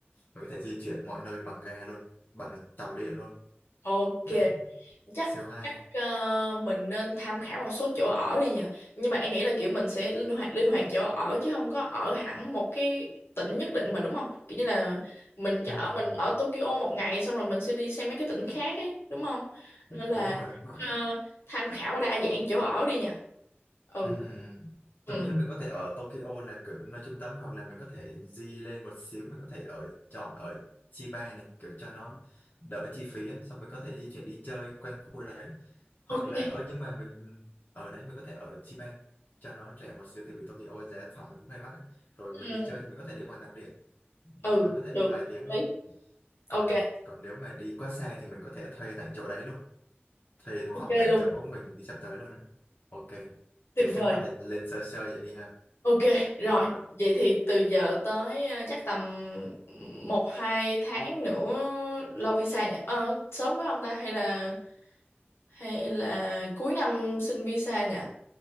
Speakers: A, on the left (about 45°); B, on the left (about 75°).
A: mình có thể di chuyển mọi nơi bằng ga luôn bằng tàu điện luôn
B: Ok
A: đấy
B: chắc
A: siêu hay
B: chắc ờ, mình nên tham khảo một số chỗ ở đi nhỉ nhưng mà anh nghĩ là kiểu mình sẽ linh hoạt linh hoạt chỗ ở chứ không có ở hẳn một cái tỉnh nhất định mà đúng không kiểu như là mình chỉ
A: ừ,
B: ở
A: ừ.
B: mình ở Tokyo một ngày xong rồi mình sẽ đi sang mấy cái tỉnh khác ấy đúng không nên là
A: đúng rồi đúng rồi
B: ờ, tham khảo đa dạng chỗ ở đi nhỉ ừ
A: ừ, ừ.
B: ừ
A: tôi nghĩ là mình có thể ở Tokyo là kiểu nơi trung tâm hoặc là mình có thể di lên một xíu mình có thể ở chọn ở Chiba này kiểu cho nó đỡ chi phí ấy. xong mình có thể di chuyển đi chơi quanh khu đấy hoặc
B: ok
A: là ở nhưng mà mình ừ, ở đấy mình có thể ở Chiba cho nó rẻ một xíu tại vì Tokyo giá phòng nó cũng hơi mắc ấy. Rồi
B: ừ,
A: mình đi chơi thì mình có thể đi bằng tàu điện mình
B: ừ
A: có thể
B: được
A: đi vài tiếng
B: hợp
A: thôi
B: lý ok
A: ừ. Còn nếu mà đi quá xa thì mình có thể thuê tại chỗ đấy luôn thuê
B: ok
A: phòng tại
B: luôn
A: chỗ mình đi sắp tới luôn ấy. Ok
B: tuyệt
A: cái
B: vời
A: trước mắt là lên sơ sơ vậy đi ha
B: Ok, rồi,
A: mình
B: vậy thì từ giờ tới ờ, chắc tầm một hai tháng nữa lo visa nhỉ? Ờ, sớm quá không ta? Hay là hay là cuối năm xin visa nhỉ?